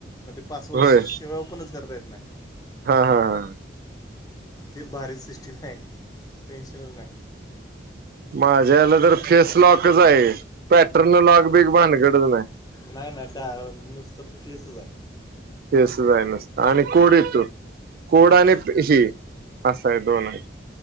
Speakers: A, on the left; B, on the right.
A: म ते पासवर्ड
B: होय
A: शी सेवा ओपणच करता येत नाय,
B: हा हा हा
A: हे भारी सिस्टिम हाय. टेन्शनच नाय.
B: माझ्या याला फेस लॉकच हाय. पॅटर्न लॉक बीक भानगडच नाय.
A: नाय नाय. त्या नुसत फेसच हाय.
B: फेसच हाय नुसतं आणि कोड येतो, कोड आणि ते हे असं आहे दोन आहे.